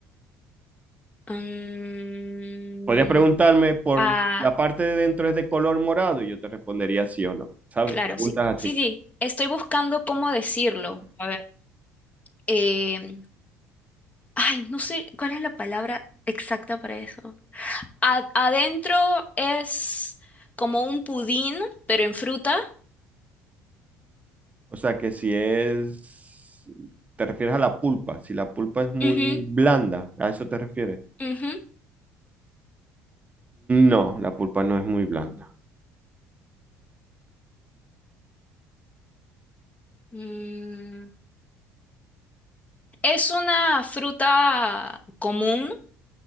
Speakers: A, on the left; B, on the right.
A: Mm,
B: Podrías preguntarme por
A: ah,
B: la parte de dentro es de color morado y yo te respondería sí o no, ¿sabes?
A: claro,
B: Preguntas
A: sí. Sí,
B: así.
A: sí. Estoy buscando cómo decirlo. A ver. em, Ay, no sé cuál es la palabra exacta para eso. A- adentro es como un pudín, pero en fruta.
B: O sea que si es, te refieres a la pulpa, si la pulpa es muy
A: Ujú,
B: blanda, ¿a eso te refieres?
A: ujú.
B: No, la pulpa no es muy blanda.
A: Mm, es una fruta común.